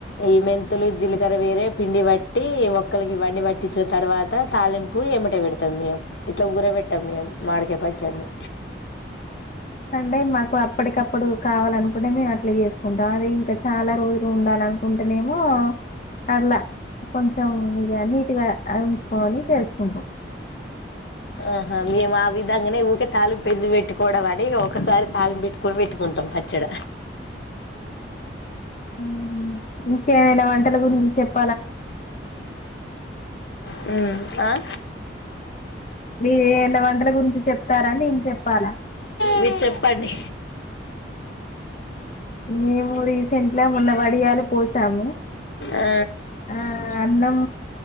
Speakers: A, on the left; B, on the left.
A: ఈ మెంతులు జీలకర్ర వేరే పిండి వట్టి వక్కలకి ఇవన్ని పట్టించిన తర్వాత తాలింపు ఎమ్మటే పెడతాం మేము ఇట్లా ఊరబెట్టాం మేము మామిడి కాయ పచ్చడిన్ని
B: అంటే మాకు అప్పటికప్పుడు కావాలనుకుంటే మేము అట్లా చేసుకుంటాం అదే ఇంకా చాలా రోజులు ఉండాలి అనుకుంటేనేమో అట్లా కొంచెం ఇగ నీట్గా ఉంచుకోని చేసుకుంటాం
A: ఆహా మేము ఆ విధంగానే ఊకే తాలింపు పెట్టుకోవడం అని ఒక్కసారి తాలింపు పెట్టుకొని పెట్టుకుంటాం పచ్చడ
B: ఊ ఇంకేమైనా వంటల గురించి చెపుతార
A: హు ఆ
B: మీరేయన్న వంటల గురించి చెప్తారా నేను చెప్పాలా
A: మీరు చెప్పండి
B: మేము రీసెంట్గమొన్న వడియాలు పోసాము
A: ఆ,
B: ఆ అన్నం